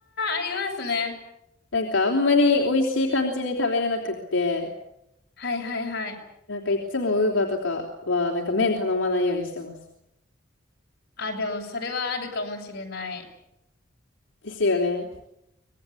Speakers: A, on the left; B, on the left.
A: ー、ありますね。
B: なんか、あんまり美味しい感じに食べれなくって、
A: はいはいはい。
B: なんかいつもウーバーとかは、なんか麺頼まないようにしてます。
A: あ、でもそれはあるかもしれない。
B: ですよね。